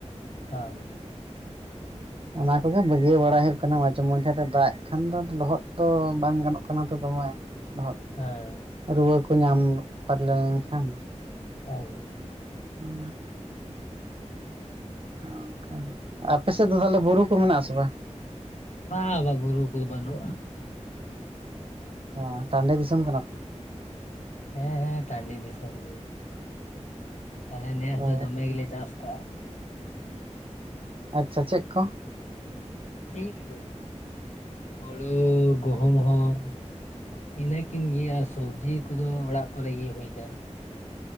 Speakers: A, on the left; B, on the right.
A: <unintelligible>
B: ᱚᱱᱟ ᱠᱚᱜᱮ ᱵᱟᱹᱜᱤᱭᱟᱹ ᱵᱟᱲᱟᱭ ᱦᱩᱭᱩᱜ ᱠᱟᱱᱟ ᱢᱟᱡᱷᱮ ᱢᱚᱫᱷᱮ ᱫᱟᱜ ᱮᱜ ᱠᱷᱟᱱ ᱫᱚ ᱞᱚᱦᱚᱫ ᱫᱚ ᱵᱟᱝ ᱜᱟᱱᱚᱜ ᱠᱟᱱᱟ ᱛᱚ ᱫᱚᱢᱮ <unintelligible>
A: <unintelligible>
B: ᱨᱩᱣᱟᱹ ᱠᱚ ᱧᱟᱢ ᱯᱟᱨ ᱞᱮᱱᱠᱷᱟᱱ
A: ᱦᱳᱭ ᱦᱳᱭ
B: <unintelligible> ᱚᱱᱠᱟ ᱟᱯᱮ ᱥᱮᱫ ᱫᱚ ᱛᱟᱦᱚᱞᱮ ᱵᱩᱨᱩ ᱠᱚ ᱢᱮᱱᱟᱜ ᱟᱥᱮ ᱵᱟᱝ?
A: ᱵᱟ-ᱟ ᱵᱩᱨᱩ ᱠᱚᱫᱚ ᱵᱟᱹᱱᱩᱜᱼᱟ᱾
B: ᱚ ᱴᱟᱺᱰᱮ ᱫᱤᱥᱚᱢ ᱠᱟᱱᱟ ᱯᱮ?
A: ᱦᱮᱸ ᱦᱮᱸ ᱴᱟᱺᱰᱤ ᱫᱤᱥᱚᱢ ᱜᱮ᱾ ᱟᱞᱮ ᱱᱮᱥ
B: ᱚ
A: ᱫᱚ ᱫᱚᱢᱮ ᱜᱮᱞᱮ ᱪᱟᱥ ᱟᱠᱟᱟᱜᱼᱟ᱾
B: ᱟᱪᱪᱷᱟ ᱪᱮᱫ ᱠᱚ?
A: <unintelligible> ᱦᱩᱲᱩ ᱜᱩᱦᱩᱢ ᱦᱚᱸ ᱤᱱᱟᱹᱠᱤᱱ ᱜᱮᱭᱟ ᱥᱚᱵᱽᱡᱤ ᱠᱚᱫᱚ ᱚᱲᱟᱜ ᱠᱚᱨᱮ ᱜᱮ ᱦᱩᱭ ᱟᱠᱟᱱ᱾